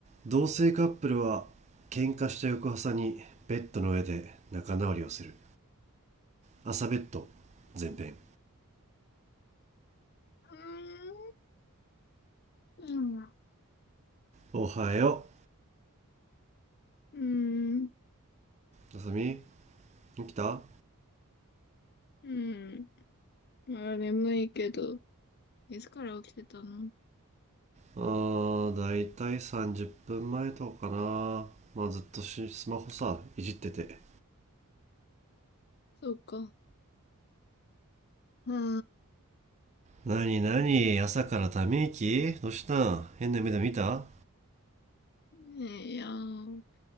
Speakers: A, on the right (about 30°); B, on the left (about 45°).
A: 同性カップルは喧嘩した翌朝にベッドの上で仲直りをする朝ベッド前編
B: うーん。うん。
A: おはよ
B: うん
A: うあさみ起きたあ
B: うあ眠いけど、いつから起きてたの
A: ーだいたい30分前とかかなまあずっとしスマホさいじってて
B: そうか。はあ。
A: なになに朝からため息どうしたん変な目で見た
B: ねえいやー、